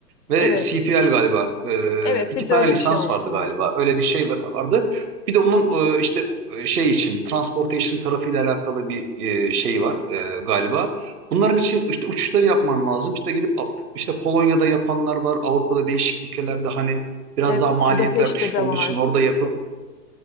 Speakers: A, on the right; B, on the left.
A: ve
B: Evet.
A: CPL galiba. Ee,
B: Evet,
A: iki
B: bir
A: tane
B: de öyle
A: lisans
B: bir şey olması
A: vardı
B: lazım.
A: galiba. Öyle bir şey var- vardı. Bir de onun e, işte e, şey için transportation tarafıyla alakalı bir e, şey var e, galiba. Bunların için işte uçuşları yapman lazım. İşte gidip işte Polonya'da yapanlar var. Avrupa'da değişik ülkelerde hani biraz
B: Evet,
A: daha maliyetler
B: Budapeşte
A: düşük
B: de
A: olduğu
B: var.
A: için orada yapıp